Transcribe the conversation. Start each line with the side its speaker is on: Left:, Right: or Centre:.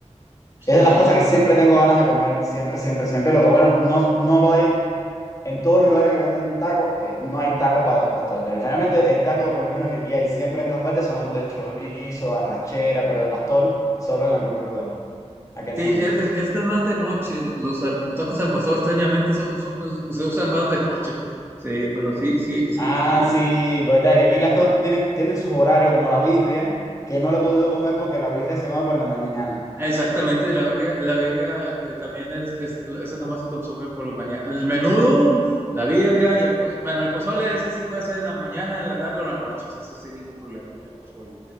Right: Sí,
Left: Es de las cosas que siempre tengo ganas de comer, siempre, siempre, siempre. Lo que bueno, no, no lo hay, en todos los lugares que venden tacos, eh, no hay taco pa- pastor. Generalmente el taco que por lo menos que aquí hay siempre en todas partes son de chorizo, de arrachera, pero de pastor solo en algunos lugares, acá en
Right: Sí,
Left: San
Right: es,
Left: Luis.
Right: es es que es más de noche. Los, los al- tacos al pastor extrañamente son, son- se usan más de noche. Sí, pero sí, sí, sí,
Left: Ah,
Right: sí.
Left: sí, verdad que aquí las cosas tienen, tienen sus horarios, como la birria, que no la he podido comer porque la birria se come por la mañana.
Right: Exactamente, la verga, la birria eh, también es, es, esa nomás se consume por la mañana. El menudo, la birria y el pozole. Bueno, el pozole ese sí puede ser en la mañana, en la tarde o en la noche, ese sí sin ningún problema, el pozole.